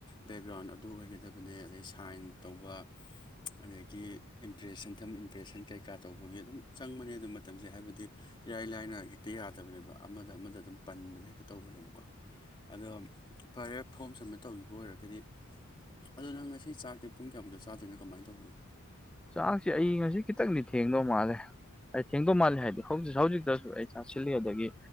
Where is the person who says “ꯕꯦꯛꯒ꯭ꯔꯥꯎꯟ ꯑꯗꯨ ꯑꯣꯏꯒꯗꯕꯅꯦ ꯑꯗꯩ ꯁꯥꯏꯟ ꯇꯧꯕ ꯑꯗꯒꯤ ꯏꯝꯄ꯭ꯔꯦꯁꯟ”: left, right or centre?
Left